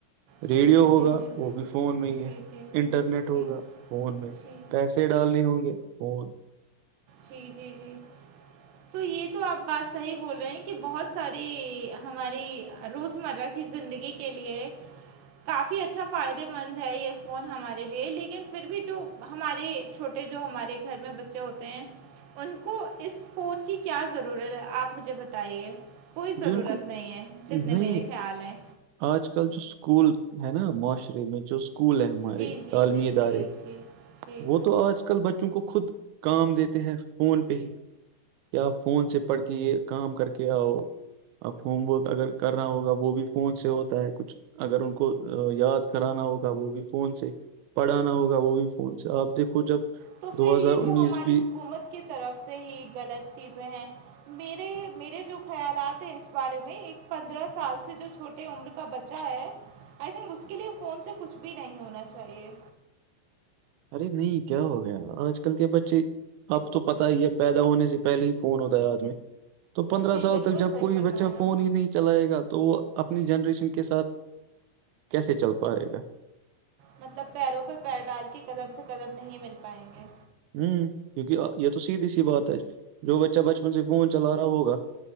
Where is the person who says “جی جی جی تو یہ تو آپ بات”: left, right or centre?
Right